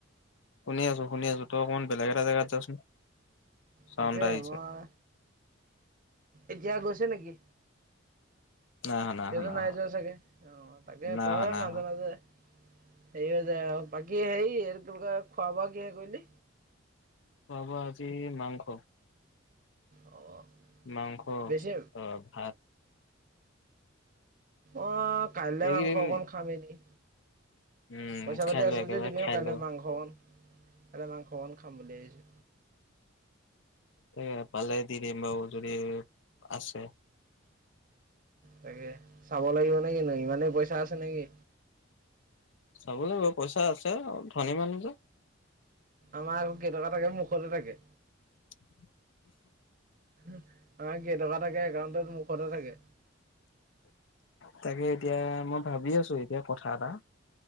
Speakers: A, on the left (about 65°); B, on the right (about 40°).
A: শুনি আছো শুনি আছো তই অকমান বেলেগ এটা জেগাত যাচোন। চাউণ্ড
B: তাকে
A: এটা আহিছে
B: মই এতিয়া গৈছে নেকি
A: নাই অহা অহা
B: এতিয়া টো নাই
A: অহা
B: যোৱা চাগে অ তাকে
A: নাই
B: তই
A: অহা নাই
B: মাজে
A: অহা
B: মাজে সেই যে বাকী এইটো কি বুলি কয় খোৱা বোৱা কিহে কৰিলি।
A: খোৱা বোৱা আজি মাংস
B: অ
A: মাংস
B: বেছি
A: অ ভাত
B: অ কাইলে
A: এইকেইদিন
B: মাংস অকন খামহি নেকি
A: উম
B: পইচা
A: খাই
B: পাতি
A: ল
B: আছে
A: একেবাৰে
B: যদি দিবি
A: খাই
B: অ কাইলৈ
A: ল
B: মাংস কন কাইলে মাংস অকন খাম বুলি আহিছো
A: তাকে পালে দি দিম বাৰু যদি আছে
B: তাকে চাব লাগিব নে কিনো ইমানেই পইচা আছে নেকি
A: ল'ব লাগিব পইচা আছে আৰু ধনী মানুহ যে
B: আমাৰ আকৌ কেইটকা থাকে মুখতে থাকে
A: <unintelligible>
B: আমাৰ কেইটকা থাকে একাউন্টত মুখতে থাকে
A: তাকে এতিয়া মই ভাবি আছো এতিয়া কথা এটা